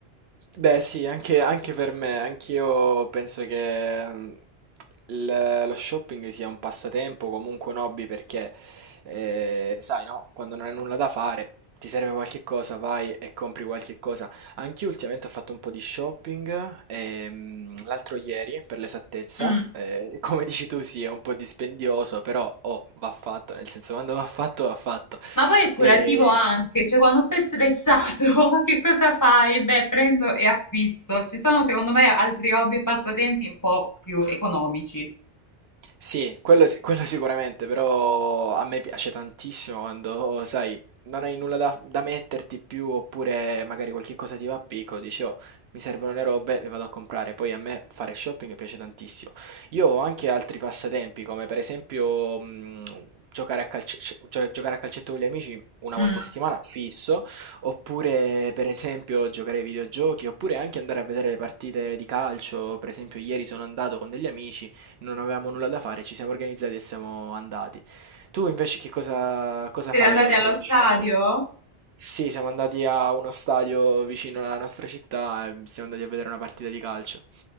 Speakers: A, on the right (about 75°); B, on the left (about 15°).
A: Beh, sì, anche, anche per me, anch'io penso che mm, il- lo shopping sia un passatempo, comunque un hobby, perché eh, sai, no, quando non hai nulla da fare, ti serve qualche cosa, vai e compri qualche cosa. Anch'io ultimamente ho fatto un po' di shopping, ehm, l'altro ieri, per l'esattezza,
B: Mm.
A: eh, <laughs> come dici tu, sì, è un po' dispendioso, però oh, va fatto, nel senso, quando va fatto, va fatto.
B: Ma poi è curativo
A: E...
B: anche, cioè quando stai stressato, <laughs> che cosa fai? Beh, prendo e acquisto. Ci sono secondo me altri hobby e passatempi un po' più economici.
A: Sì, quello si quello sicuramente, però a me piace tantissimo quando, sai, non hai nulla da da metterti più, oppure magari qualche cosa ti va a picco, dici: "Oh, mi servono le robe, le vado a comprare". Poi a me fare shopping piace tantissimo. Io ho anche altri passatempi, come per esempio, mhmm, giocare a calce cioè giocare a calcetto con gli amici una
B: Mm.
A: volta a settimana, fisso oppure per esempio giocare ai videogiochi, oppure anche andare a vedere le partite di calcio. Per esempio, ieri sono andato con degli amici, non avevamo nulla da fare, ci siamo organizzati e siamo andati. Tu invece che cosa, cosa
B: Siete
A: fai
B: andati
A: oltre
B: allo
A: allo
B: stadio?
A: shopping? Sì, siamo andati a uno stadio vicino alla nostra città e siamo andati a vedere una partita di calcio.